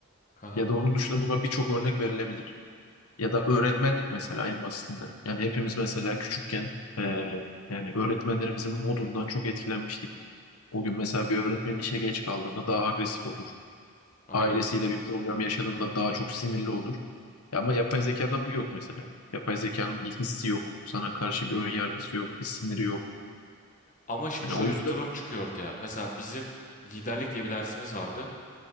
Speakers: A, on the left; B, on the left.
A: Aha.
B: Ya da onun dışında buna birçok örnek verilebilir. Ya da öğretmenlik mesela en basitinden. Yani hepimiz mesela küçükken e, yani öğretmenlerimizin modundan çok etkilenmiştik. O gün mesela bir öğretmenin işe geç kaldığında daha agresif olur.
A: Aynen.
B: Ailesiyle bir problem yaşadığında daha çok sinirli olur. Ya ama yapay zekada bu yok mesela. Yapay zekanın bir hissi yok. Sana karşı bir ön yargısı yok, bir siniri yok.
A: Ama şimdi
B: Yani
A: şöyle
B: o yüzden
A: bir durum çıkıyor ortaya. Mesela bizim liderlik diye bir dersimiz vardı.